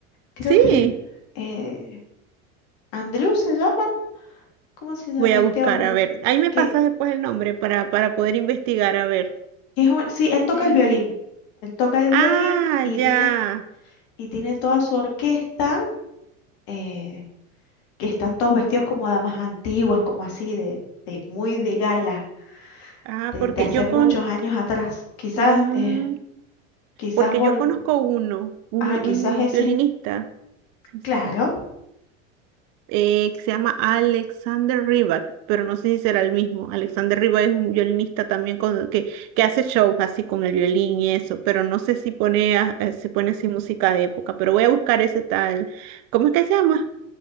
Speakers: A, on the left (about 60°); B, on the right (about 55°).
A: Creo
B: Sí,
A: que eh, Andrew se llama, ¿cómo se llama
B: voy a
A: este
B: buscar,
A: hombre?
B: a ver. Ahí me
A: Que,
B: pasas después el nombre para, para poder investigar, a ver.
A: que es un- sí, él toca
B: <laughs>
A: el violín. Él toca el
B: Ah,
A: violín y
B: ya.
A: tiene, y tiene toda su orquesta, eh, que están todos vestidos como damas antiguas, como así, de, de muy de gala,
B: Ah,
A: de,
B: porque
A: de hace
B: yo
A: muchos
B: con,
A: años atrás. Quizás,
B: mm,
A: eh, quizás
B: porque
A: vol-
B: yo conozco uno, un,
A: ah,
B: vi-
A: quizás
B: un
A: ese
B: violinista,
A: es el,
B: sí
A: claro.
B: será, eh, que se llama Alexander Rybak, pero no sé si será el mismo. Alexander Rybak es un violinista también con, que, que hace shows así con el violín y eso, pero no sé si pone, a- eh, si pone así música de época, pero voy a buscar ese tal, ¿cómo es que se llama?